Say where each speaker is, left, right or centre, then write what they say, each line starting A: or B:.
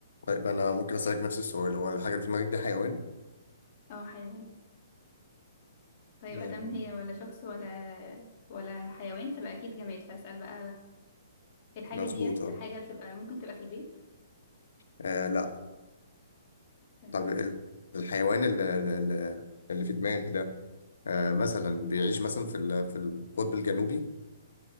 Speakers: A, on the left (about 90°); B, on the left (about 30°).
A: طيب انا ممكن اسألك نفس السؤال هو الحاجة اللي في دماغك دي حيوان
B: اه حيوان طيب
A: آه،
B: ادام هي ولا شخص ولا ولا حيوان تبقى اكيد جماد فاسأل بقى هي الحاجة
A: مظبوط
B: ديت
A: اه
B: حاجة بتبقى ممكن تبقى في البيت
A: آه، لا
B: تمام
A: طب ال- الحيوان اللي, اللي اللي في دماغك ده آه مثلا بيعيش مثلا في ال- في القطب الجنوبي